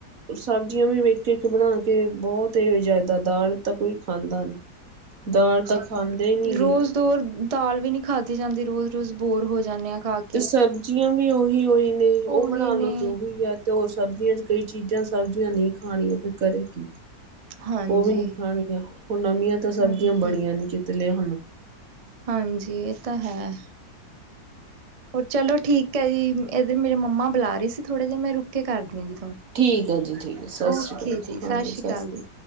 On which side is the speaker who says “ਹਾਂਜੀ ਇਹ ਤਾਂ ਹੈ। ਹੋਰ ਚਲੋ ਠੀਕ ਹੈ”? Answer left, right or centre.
Right